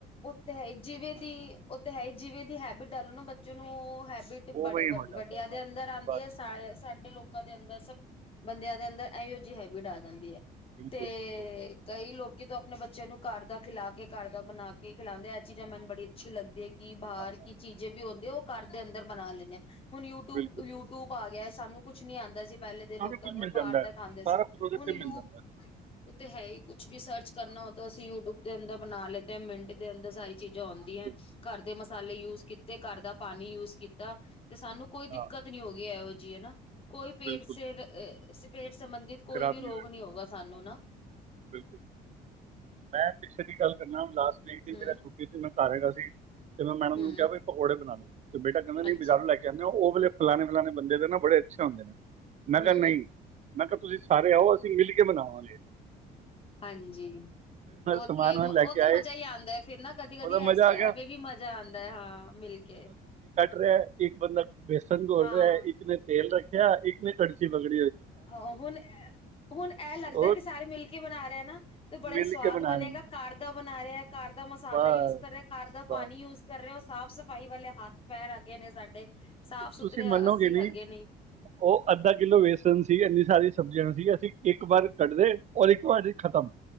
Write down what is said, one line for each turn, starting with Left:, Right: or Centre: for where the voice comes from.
Left: ਓ ਤੇ ਹੈ ਈ ਜਿਵੇਂ ਦੀ, ਓ ਤੇ ਹੈ ਈ ਜਿਵੇਂ ਦੀ ਹੈਬਿਟ ਡਾਲੋ ਨਾ ਬੱਚੇ ਨੂੰ ਉਹ ਹੈ ਬਿਟ
Right: ਉਵੇਂ
Left: ਬੜੇ
Right: ਹੀ
Left: ਵੱਡ-ਵੱਡਿਆਂ
Right: ਹੋ ਜਾਂਦਾ ਹੈ।
Left: ਦੇ
Right: ਹਾਂ
Left: ਅੰਦਰ ਆਂਦੀ
Right: ਬਸ
Left: ਐ, ਸ-ਏ-ਸਾਡੇ ਲੋਕਾਂ ਦੇ ਅੰਦ ਬ ਸਬ ਬੰਦਿਆਂ ਦੇ ਅੰਦਰ ਏਈਓ ਜਿਹੀ ਹੈਵਿਡ ਆ ਜਾਂਦੀ ਐ।
Right: ਬਿਲਕੁਲ
Left: ਤੇ
Right: ਬਿਲਕੁਲ
Left: ਕਈ ਲੋਕ ਕਿ ਤੋ ਆਪਣੇ ਬੱਚਿਆਂ ਨੂੰ ਘਰ ਦਾ ਖਿਲਾ ਕੇ, ਘਰ ਦਾ ਬਣਾ ਕੇ ਕੀ ਖਿਲਾਂਦੇ, ਏਹ ਚੀਜ਼ਾਂ ਮੈਨ ਬੜੀ ਅੱਛੀ ਲੱਗਦੀ ਹੈ, ਕਿ ਬਾਹਰ
Right: ਹਾਂ ਹਾਂ
Left: ਕੀ ਚੀਜ਼ੇ ਵੀ ਆਉਂਦੇ ਹੋ ਘਰ ਦੇ ਅੰਦਰ ਬਣਾ ਲੈਂਨੇ ਆਂ। ਹੁਣ ਯੂਟੂਬ,
Right: ਬਿਲਕੁਲ
Left: ਯੂਟੂਬ ਆ ਗਿਆ ਏਸ ਸਾਨੂੰ ਕੁਛ ਨੀ ਆਂਦਾ ਸੀ ਪਹਿਲੇ
Right: ਸਾਰਾ
Left: ਦੇ ਲੋਕਾਂ
Right: ਕੁਝ
Left: ਨੂੰ
Right: ਮਿਲ
Left: ਬਾਹਰ
Right: ਜਾਂਦਾ ਹੈ
Left: ਦਾ ਖਾਂਦੇ ਸੀ,
Right: ਸਾਰਾ ਕੁਝ ਉਹਦੇ
Left: ਹੁਣ
Right: ਤੇ
Left: ਯੂ
Right: ਮਿਲ ਜਾਂਦਾ ਹੈ
Left: ਉੱਤੇ ਹੈ ਈ ਕੁੱਛ ਵੀ ਸਰਚ ਕਰਨਾ
Right: ਹਾਂ
Left: ਓ ਤਾਂ ਅਸੀਂ ਯੂਟੂਬ ਤੇਅੰਦ ਬਣਾ ਲੇ ਤੇ ਮਿੰਟ ਦੇ ਅੰਦਰ ਸਾਰੀ
Right: ਬਸ
Left: ਚੀਜ਼ਾਂ ਆਉਂਦੀਐ।
Right: ਬਿਲ
Left: ਘਰ ਦੇ ਮਸ ਸਾਲੇ ਯੂਜ਼ ਕੀਤੇ, ਘਰ ਦਾ ਪਾਣੀ ਯੂਜ਼ ਕੀਤਾ ਤੇ ਸਾਨੂੰ ਕੋਈ ਦਿੱਕਤ
Right: ਹਾਂ
Left: ਨੀ ਹੋਗੀ ਐਵ ਜੀ ਐ ਨਾ। ਕੋਈ ਪੇੜ
Right: ਬਿਲਕੁਲ
Left: ਸੇਦ-ਅ-ਸ ਸੰਬੰਧਿਤ
Right: ਖਰਾਬ
Left: ਕੋਈ ਵੀ
Right: ਨਹੀਂ
Left: ਰੋਗ
Right: ਹੋਏਗਾ
Left: ਨੀ ਹੋਊਗਾ ਸਾਨੂੰ
Right: ਹਾਂ
Left: ਨਾ।
Right: ਬਿਲਕੁਲ। ਮੈਂ ਪਿੱਛੇ ਦੀ ਗੱਲ ਕਰਨਾ ਵਾਂ ਲਾਸਟ ਡੀਟ ਦੀ
Left: ਹੂੰ।
Right: ਮੇਰਾ ਛੁੱਟੀ ਸੀ ਮੈਂ ਘਰ ਹੈਗਾ ਸੀ। ਤੇ ਮੈ ਮੈੜਮ
Left: ਹੂੰ
Right: ਨੂੰ ਕਿਆ ਵੀ ਪਕੋੜੇ ਬਣਾ ਦੋ। ਤੇ ਬੇਟਾ ਕੈਂਦਾ ਨੀ
Left: ਅੱਛਾ
Right: ਬਜ਼ਾਰੋਂ ਲੈ ਕੇ ਆਨ ਉਹ ਵਲੇ ਫਲਾਣੇ, ਫਲਾਣੇ ਬੰਦੇ ਦੇ ਨਾ ਬੜੇ ਅੱਛੇ ਹੋਂਦੇ ਨੇ। ਮੈਂ ਕਿਆ
Left: ਹੂੰ
Right: ਨਈਂ। ਮੈਂ ਕਿਆ ਤੁਸੀਂ ਸਾਰੇ ਆਓ, ਅਸੀਂ ਮਿਲ ਕੇ ਬਨਾਵਾਂਗੇੇ।
Left: ਹਾਂਜੀ, ਉਹ
Right: ਸਮਾਨ
Left: ਤੇ
Right: ਵਾਨ ਲੈ
Left: ਉਹ
Right: ਕੇ
Left: ਤੇ
Right: ਆਏ
Left: ਮਜ਼ਾ ਈ ਆਂਦਾ ਐ। ਫਿਰ ਨਾ ਕਦੀ ਕਦੀ
Right: ਉਹਦਾ
Left: ਐਸ
Right: ਮਜ਼ਾ ਆ ਗਿਆ
Left: ਐਵੇਂ ਵੀ ਮਜ਼ਾ ਆਂਦਾ ਐ, ਹਾਂ ਮਿਲ ਕੇ।
Right: ਰਹਿ ਇੱਕ ਬੰਦਾ। ਬੇਸਨ ਘੋਲ
Left: ਹਾਂ।
Right: ਰਿਹਾ ਇੱਕ ਨੇ ਤੇਲ ਰੱਖ ਕਿਆ ਇੱਕ ਨਹੀਂ ਕੜਛੀ ਪਕੜ ਲੀ
Left: ਆਹ ਹੁਣ ਏ-ਹੁਣ ਏਹ ਲੱਗਦੈ
Right: ਉਹ
Left: ਕਿ ਸਾਰੇ ਮਿਲ ਕੇ ਵ ਬਣਾ ਰਿਹਾ ਨਾ ਤੇ ਬੜਾ ਹੀ
Right: ਮਿਲ
Left: ਸਵਾਦ
Right: ਕੇ ਬਣਾ
Left: ਬਣੇਗਾ।
Right: ਰਹੇ ਹਾਂ
Left: ਘਰ ਦਾ। ਬਣਾ ਰਿਹਾ। ਘਰ ਦਾ ਮਸਾਲਾ
Right: ਬਸ
Left: ਯੂਜ ਕਰ ਰਿਹਾ। ਘਰ ਦਾ ਪਾਣੀ
Right: ਬਸ
Left: ਯੂਜ ਕਰ ਰਿਹਾ ਹੋ ਉਹ। ਸਾਫ਼ ਸਫ਼ਾਈ ਵਾਲੇ ਹੱਥ ਪੈਰ ਆ ਗਏ ਨੇ ਸਾਡੇ। ਸਾਫ਼
Right: ਉਹ
Left: ਸੁਥਰੇ
Right: ਤੁਸੀਂ ਮੰਨੋਗੇ
Left: ਅਸੀਂ ਹੈਗੇ
Right: ਨੀ
Left: ਨੇ
Right: ਉਹ ਅੱਧਾ ਕਿੱਲੋ ਵੇਸ ਸੀ ਇੰਨੀ ਸਾਰੀ ਸਬਜ਼ੀਆਂ ਸੀ ਅਸੀਂ ਇੱਕ ਵਾਰ ਕੱਢਦੇ ਔਰ ਇੱਕ ਵਾਰੀ ਖਤਮ।